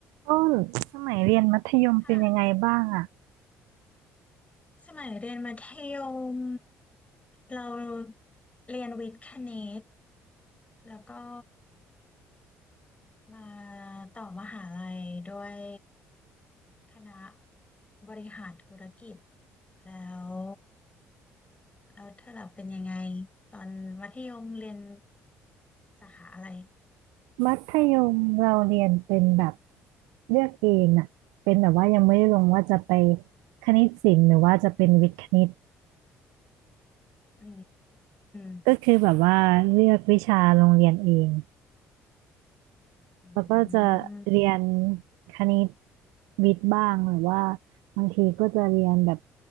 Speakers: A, on the right; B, on the left.
A: ต้นสมัยเรียนมัธยมเป็นยังไงบ้างอะ
B: ค่ะสมัยเรียนมัธยมเราเรียนวิทย์คณิตแล้วก็มาต่อมหาลัยด้วยคณะบริหารธุรกิจแล้วแล้วเธอล่ะเป็นยังไงตอนมัธยมเรียนสาขาอะไร
A: มัธยมเราเรียนเป็นแบบเลือกเองอะเป็นแบบว่ายังไม่ได้ลงว่าจะไปคณิตศิลป์หรือว่าจะเป็นวิทย์คณิต
B: อืม
A: ก็คือแบบว่าเลือกวิชาโรงเรียนเอง
B: อื
A: แล้วก็จะ
B: ม
A: เรียนคณิตวิทย์บ้างหรือว่าบางทีก็จะเรียนแบบ